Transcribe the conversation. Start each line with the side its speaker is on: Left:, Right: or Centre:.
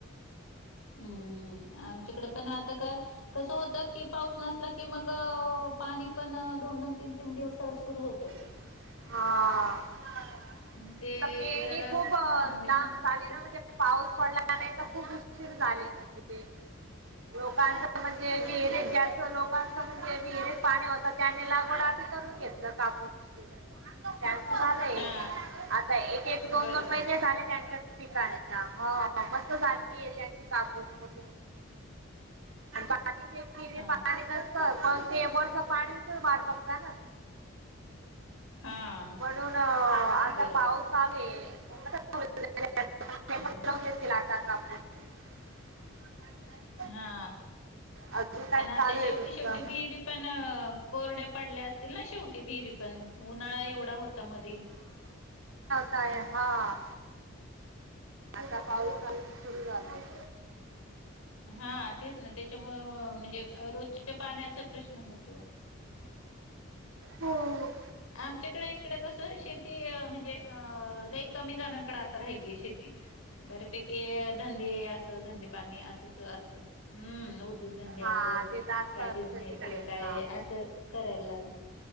Left: हूं आमच्याकडे पण आता का. कसं होत की पाऊस नसला की मग पाणी पण, दोन दोन, तीन तीन, दिवसाआड सुरू होतं.
Right: हा!
Left: मग ते
Right: आता पेरंणी
Left: जरा
Right: खूप लांब
Left: न- शेवटी-
Right: झाले ना म्हणजे. पाऊस पडला नाही त खूप उशीर झाली म्हणजे. लोकांच म्हणजे विहिरीत जास्त लोकांच म्हणजे विहिरीत पाणी होत. त्यानी लागवड आधी करून घेतलं कापूसची. त्यांचं झालंय,
Left: हा
Right: आता एक एक, दोन
Left: बरोबर
Right: दोन, महिने झाले त्यांच्यां पिकांना हो मस्त झालीय त्यांची कापूस मोठ्ठी मो. आण बाकीचे? विहिरीत
Left: हा
Right: पाणी नसत, मंग ते वरच्यां पाणी च वाट बघता ना.
Left: हा
Right: म्हणून आता.
Left: बरोबर
Right: <unintelligible>
Left: हा
Right: <unintelligible>
Left: हा
Right: अजून काय
Left: पण आता
Right: चालू
Left: शेवटी,
Right: आहे तुमचं?
Left: शेवटी विहिरी पण कोरड्या पडल्या असतील ना शेवटी विहिरी पण, उन्हाळा एवढा होता मधी.
Right: काय हा! आता पाऊस काल सुरू झालाय.
Left: हा तेच ना त्याच्यामुंळ म्हणजे रोजच्या पाण्याचा प्रश्न होतो.
Right: हो!
Left: आमच्याकड इकडं कसं शेती म्हणजे, अ लई कमी जणांकडे आता राहिलीये शेती. बऱ्यापैकी धंदे, असं धंदे पाणी असच असतं. हूं उद्योगधंदे
Right: हा
Left: असं,
Right: ते जास्त
Left: काय
Right: असेल
Left: बिझनेस
Right: तिकडे
Left: किंवा काय
Right: हा
Left: असं. करायला लागले,